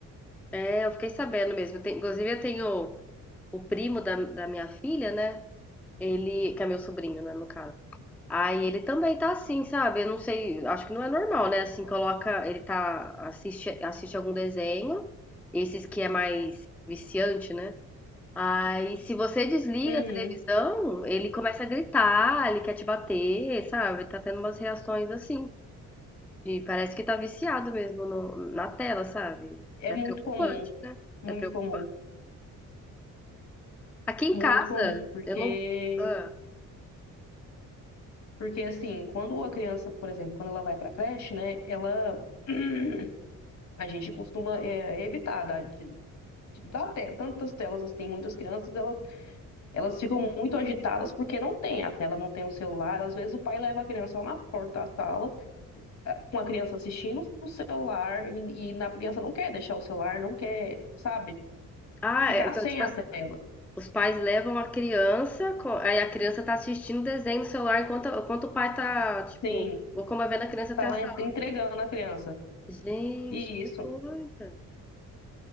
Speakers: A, in the centre; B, on the left.
A: é, eu fiquei sabendo mesmo. Tem- inclusive, eu tenho o primo da, da minha filha, né? Ele, que é meu sobrinho, né, no caso. Aí ele também tá assim, sabe? Eu não sei, acho que não é normal, né? Assim, coloca, ele tá, assiste, assiste algum desenho, esses que é mais viciante, né? Aí, se você desliga
B: Uhum.
A: a televisão, ele começa a gritar, ele quer te bater, sabe? Tá tendo umas reações assim, de parece que tá viciado mesmo no- na tela, sabe?
B: É muito
A: É preocupante,
B: comum,
A: né?
B: muito
A: É preocupante.
B: comum,
A: Aqui em
B: muito
A: casa,
B: comum, porque
A: eu não. Ah,
B: porque assim, quando a criança, por exemplo, quando ela vai para a creche, né, ela <clears throat> a gente costuma é, evitar dar, de- de dar te- tantas telas assim, muitas crianças elas, elas ficam muito agitadas porque não tem a tela, não tem o celular. Às vezes o pai leva a criança lá na porta da sala, eh, com a criança assistindo no celular e, e na criança não quer deixar o celular, não quer, sabe,
A: Ah,
B: ficar
A: é, então,
B: sem
A: tipo,
B: a
A: as-
B: tela.
A: os pais levam a criança, co- aí a criança tá assistindo desenho no celular enquanto, enquanto o pai tá, tipo,
B: Sim.
A: locomovendo a criança
B: tá
A: até
B: lá
A: a sala.
B: entregando a criança.
A: Gente,
B: E
A: que
B: isso,
A: coisa,